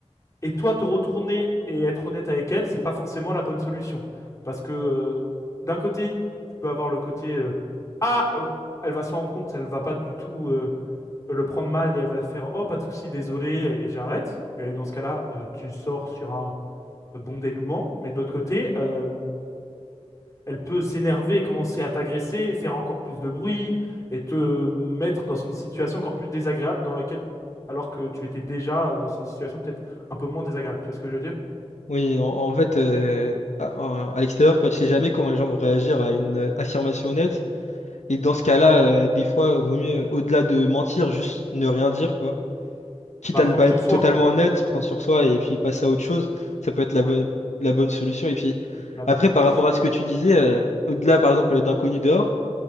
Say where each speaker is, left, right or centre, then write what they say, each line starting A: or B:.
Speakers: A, on the left; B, on the left.
A: Et toi, te retourner et être honnête avec elle, c'est pas forcément la bonne solution. Parce que euh, d'un côté, tu peux avoir le côté euh, Ah, euh, elle va s'en rendre compte, elle va pas du tout euh, le prendre mal et elle va faire Oh, pas de souci, désolé, et j'arrête. Et dans ce cas-là, euh, tu sors sur un bon dénouement. Mais de l'autre côté, euh, elle peut s'énerver, commencer à t'agresser, faire encore plus de bruit et te mettre dans une situation encore plus désagréable dans laquelle, alors que tu étais déjà euh, dans une situation peut-être un peu moins désagréable. Tu vois ce que je veux dire?
B: Oui, en, en fait, euh, à, en- à l'extérieur, quoi, tu sais jamais comment les gens vont réagir à une euh, affirmation honnête. Et dans ce cas-là, euh, des fois, vaut mieux, euh, au-delà de mentir, juste ne rien dire, quoi. Quitte
A: Bah,
B: à
A: prendre
B: ne pas
A: sur
B: être
A: soi,
B: totalement
A: quoi.
B: honnête, prendre sur soi et puis passer à autre chose, ça peut être la
A: Ouais,
B: bonne, la bonne solution. Et puis,
A: la bonne
B: après,
A: approche.
B: par rapport à ce que tu disais, euh, au-delà, par exemple, d'inconnus dehors,